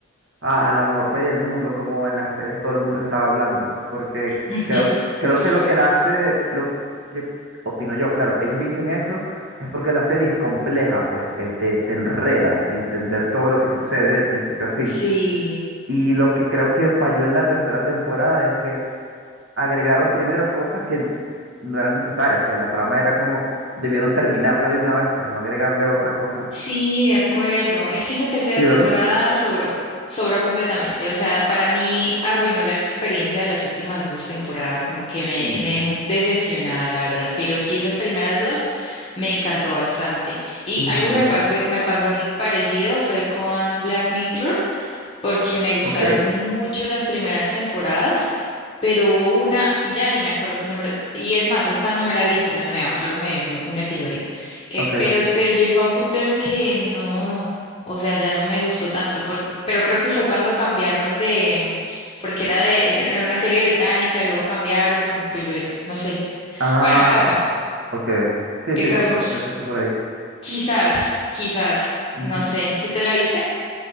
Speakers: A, on the right; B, on the left.
A: ah, la mejor serie del mundo, como en las redes todo el mundo estaba hablando, porque
B: <laughs>
A: creo, creo que lo que la hace, lo que opino yo, claro, ellos dicen eso, es porque la serie es compleja, pues, eh, te, te enreda en entender todo lo que sucede de principio a fin.
B: Sí.
A: Y lo que creo que falló en la tercera temporada es que agregaron primero cosas que no eran necesarias, pues la trama era como debieron terminarla de una vez, pues no agregarle otra cosa.
B: Sí, de acuerdo. Es que esa tercera
A: Sí,
B: temporada
A: ¿verdad?
B: sobró, sobró completamente. O sea, para mí arruinó la experiencia de las últimas dos temporadas, como que me,
A: Mm.
B: me dejó decepcionada, la verdad. Pero sí, esas primeras dos me encantó bastante. Y
A: Ujú.
B: algo que me pasó, me pasó así parecido fue con Black Mirror porque me gustaron
A: Ok,
B: mucho las primeras temporadas, pero hubo una, ya ni me acuerdo qué número, y es más, esta no me la he visto, la nueva, solo me vi un episodio, Eh,
A: ok.
B: pero, pero llegó a un punto en el que no, o sea, ya no me gustó tanto, porque, pero creo que fue cuando cambiaron de, porque era de, era una serie británica, y luego cambiaron y como que, lo- no sé,
A: Ah,
B: bueno, el caso,
A: ok. Sí,
B: el
A: sí,
B: caso,
A: probablemente
B: pues,
A: fue por ahí.
B: quizás, quizás,
A: Ujú.
B: no sé, ¿tú te la viste?